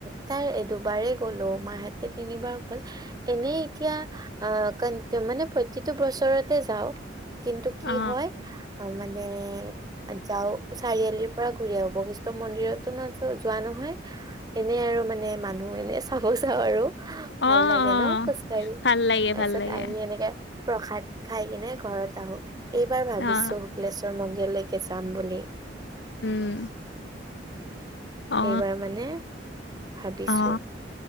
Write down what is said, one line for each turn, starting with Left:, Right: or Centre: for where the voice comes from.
Right: তাই দুবাৰেই গ'লো মাহেঁতে তিনিবাৰ গ'ল। এনেই এতিয়া আহ কন্তু মানে প্ৰতিটো বছৰত তে যাও কিন্তু কি
Left: অ
Right: হয় মানে যাও চাৰিআলিৰ পৰা ঘূৰি আহো বশিষ্ট মন্দিৰতো নাযাও যোৱা নহয় এনেই আৰু মানে মানুহ এনে চাব যাওঁ আৰু। ভাল
Left: অ
Right: লাগে
Left: অ
Right: ন খোজকাঢ়ি
Left: ভাল লাগে
Right: তাৰপিছত
Left: ভাল লাগে
Right: আহি এনেকে প্ৰসাদ খাই কিনে ঘৰত আহো, এইবাৰ ভাবিছো
Left: অ
Right: শুক্লেশ্বৰ মন্দিৰলৈকে যাম বুলি।
Left: উম। অ
Right: এইবাৰ মানে ভাবিছো।
Left: অ